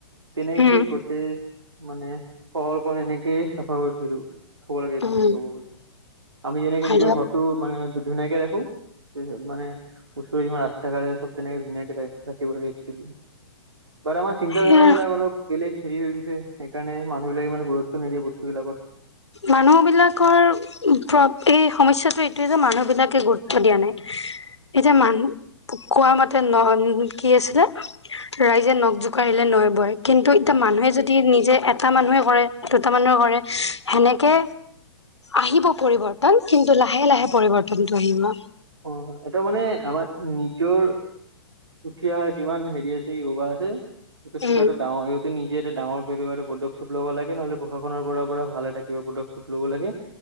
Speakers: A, on the right (about 70°); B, on the left (about 80°).
A: তেনেকে
B: উম।
A: গোটেই মানে চহৰখন এনেকে চাফা কৰি থৈ দিব। থব লাগে এৰ্ক্সচোৱেলী
B: উম,
A: ক'ব গ'লে, আমি যেনেকে
B: হয়
A: নিজৰ
B: দিয়ক
A: ঘৰটো মানে ধুনীয়াকে ৰাখো। মান ওচৰে যিমান ৰাস্তা ঘাটে চবে এনেকে ধুনীয়াক ৰাখিব লাগে এৰ্ক্সচোৱেলী। বাত্ আমাৰ চিন্তাধাৰা
B: সেয়া
A: বিলাক অলপ বেলেগ হেৰি হৈ গৈছে। সেইকাৰণে মানুহবিলাক ইমান গুৰুত্ব নিদিয়ে বস্তুবিলাক।
B: মানুহবিলাকৰ প্ৰ এই সমস্যাটো এইটোৱেই যে মানুহবিলাকে গুৰুত্ব দিয়া নাই। এতিয়া মানুহ প কোৱা মতে ন কি আছিলে? ৰাইজে নখ জোকাৰিলে নৈ বয়। কিন্তু এতিয়া মানুহে যদি নিজে এটা মানুহে কৰে, দুটা মানুহে কৰে সেনেকে আহিব পৰিবৰ্তন, কিন্তু লাহে লাহে পৰিৱৰ্তনতো আহিব।
A: অহ, এটা মানে আমাৰ নিজৰ উঠি অহা যিমান হেৰি আছে। যুৱা আছে কিবা
B: উম,
A: এটা ডাঙৰ নিজে এটা ডাঙৰ <unintelligible> পদক্ষেপ ল'ব লাগে, নহ'লে প্ৰশাসনৰ পৰা পৰা ভাল এটা কিবা পদক্ষেপ ল'ব লাগে,